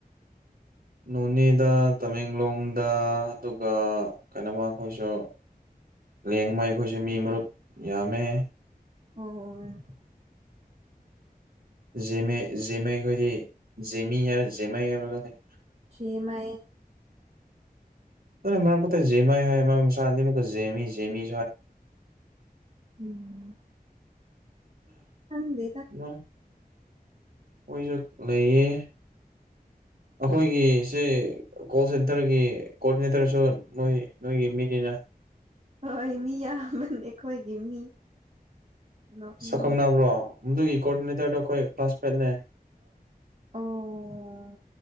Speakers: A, on the right (about 70°); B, on the right (about 40°).
A: ꯅꯣꯅꯦꯗ ꯇꯃꯦꯡꯂꯣꯡꯗ ꯑꯗꯨꯒ ꯀꯩꯅꯣꯃ ꯑꯩꯈꯣꯏꯁꯨ ꯂꯦꯡꯕ ꯑꯩꯈꯣꯏꯁꯨ ꯃꯤ ꯃꯔꯨꯞ ꯌꯥꯝꯃꯦ
B: ꯑ ꯑ
A: ꯖꯦꯝꯃꯩ ꯑꯩꯈꯣꯏꯗꯤ ꯖꯦꯃꯤ ꯖꯦꯝꯃꯩ ꯍꯥꯏꯕꯥ ꯈꯪꯗꯩ
B: ꯁꯤꯃ
A: ꯃ ꯄ ꯖꯃ ꯍꯥꯟꯨꯀ ꯖꯦꯃꯤ ꯖꯦꯃꯤ
B: ꯎꯝ ꯈꯪꯗꯦꯗ
A: ꯃꯥ ꯃꯣꯏꯁꯨ ꯂꯩꯌꯦ ꯑꯩꯈꯣꯏꯒꯤꯁꯦ ꯀꯣꯜ ꯁꯦꯟꯇꯔꯒꯤ ꯀꯣꯑꯣꯗꯤꯅꯦꯇꯔꯁꯨ ꯅꯣꯏ ꯅꯣꯏꯒꯤ ꯃꯤꯅꯤꯅ
B: ꯍꯣꯏ ꯃꯤ ꯌꯥꯝꯕꯅꯤ ꯑꯩꯈꯣꯏꯒꯤ ꯃꯤ ꯅꯣꯛꯅꯤꯡꯉꯤ
A: ꯁꯛꯈꯪꯅꯕ꯭ꯔꯣ ꯑꯗꯨꯗꯨꯒꯤ ꯀꯣꯑꯣꯔꯗꯤꯅꯦꯇꯔꯗꯣ ꯑꯩꯈꯣꯏ ꯀ꯭ꯂꯥꯁꯃꯦꯠꯅꯦ
B: ꯑꯣ